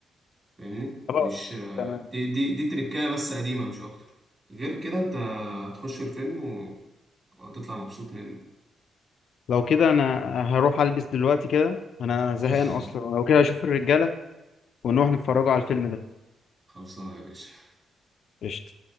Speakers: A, on the right (about 30°); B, on the left (about 65°).
A: فاهمني
B: خلاص
A: مش
B: تمام
A: دي دي دي تركاية بس قديمة مش أكتر غير كده أنت هتخش الفيلم و- وهتطلع مبسوط منه
B: لو كده انا هروح البس دلوقتي كده انا زهقان
A: <laughs>
B: اصلا لو كده اشوف الرجاله ونروح نتفرجوا على الفيلم ده
A: خلصانة يا باشا
B: قشطة